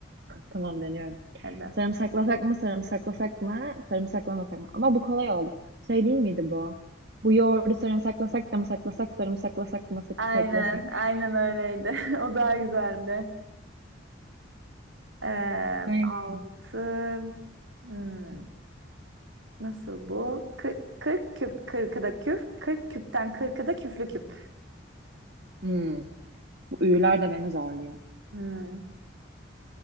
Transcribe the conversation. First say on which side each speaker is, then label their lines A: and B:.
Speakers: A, on the right (about 55°); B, on the right (about 75°).
A: Tamam deniyorum.
B: Hadi.
A: Sarımsaklasak mı, sarımsaklasak mı, sarımsaklamasak mı? Ama bu kolay oldu. Şey değil miydi bu? Bu yoğurdu sarımsaklasak da mı saklasak, sarımsaklasak mı sak-
B: Aynen,
A: saklasak?
B: aynen öyleydi. <laughs> O daha güzeldi. Ee,
A: <laughs> Neyse.
B: altı hmm, nasıl bu? Kı- 40 küp 40'ı da küp. 40 küpten 40'ı da küflü küp.
A: Hmm, bu üyüler de beni zorluyor.
B: Hmm,